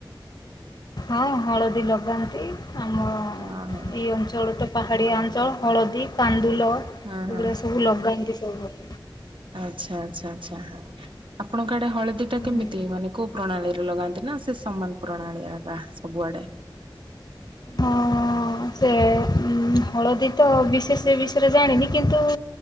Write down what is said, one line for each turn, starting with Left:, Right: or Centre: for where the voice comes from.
Left: ହଁ ହଳଦୀ ଲଗାନ୍ତି, ଆମ
Right: ଓହୋ
Left: ଏଇ ଅଞ୍ଚଳ ତ ପାହାଡ଼ିଆ ଅଞ୍ଚଳ ହଳଦୀ କାନ୍ଦୁଲ
Right: ହଁ
Left: ସେଗୁଡା
Right: ହଁ
Left: ସବୁ ଲଗାନ୍ତି ସବୁ ଘରେ।
Right: ଆଚ୍ଛା-ଆଚ୍ଛା-ଆଚ୍ଛା। ଆପଣଙ୍କ ଆଡେ ହଳଦୀ ଟା
Left: ହୁଁ।
Right: କେମିତି ମାନେ କୋଉ ପ୍ରଣାଳୀରେ ଲଗାନ୍ତି ନା ସେ ସମାନ ପ୍ରଣାଳୀ <unintelligible> ସବୁଆଡ଼େ।
Left: ହଁ ହଁ ସେ ହଳଦୀ ତ ବିଶେଷ ବିଷୟରେ ଜାଣିନି କିନ୍ତୁ